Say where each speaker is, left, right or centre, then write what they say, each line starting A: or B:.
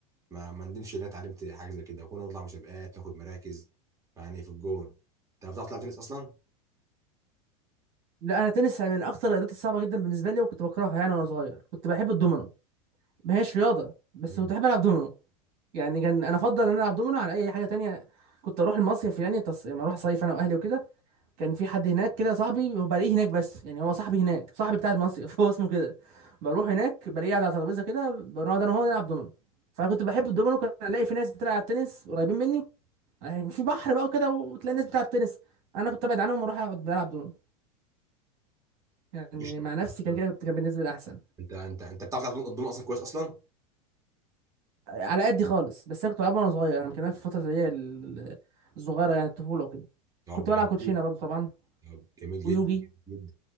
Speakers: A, on the right; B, on the right.
A: ما ما ندمش ان انا اتعلمت حاجه زي كده وكنا نطلع مسابقات ناخد مراكز يعني في الجون انت بتعرف تلعب تنس اصلا؟
B: لا انا تنس من اكتر الرياضات الصعبه جدا بالنسبه لي وكنت بكرهها يعني وانا صغير كنت بحب الدومينو ما هيش رياضة بس
A: مم.
B: كنت بحب ألعب دومينو يعني كان أنا أفضل إن أنا ألعب دومينو على أي حاجة تانية كنت أروح المصيف يعني تص... لما أروح صيف أنا وأهلي وكده كان في حد هناك كده صاحبي هو بلاقيه هناك بس يعني هو صاحبي هناك صاحبي بتاع المصيف <laughs> هو اسمه كده بروح هناك بلاقيه قاعد على ترابيزة كده بنقعد أنا وهو نلعب دومينو فكنت بحب الدومينو كان ألاقي في ناس بتلعب تنس قريبين مني يعني في بحر بقى وكده وتلاقي الناس بتلعب تنس أنا كنت أبعد عنهم وأروح أقعد ألعب دومينو يعني
A: مش
B: مع نفسي
A: مش
B: كان
A: عارف.
B: كده كنت- كان بالنسبة لي أحسن
A: انت انت انت بتعرف تلعب الدومنه اصلا كويس اصلا؟
B: على قدي خالص بس انا كنت بلعبها وانا صغير انا كان في الفتره اللي هي ال- ال- الصغيره يعني الطفوله وكده
A: طب
B: كنت
A: جميل
B: بلعب كوتشينه برضو طبعا
A: طب جميل
B: ويوجي
A: جدا جميل جدا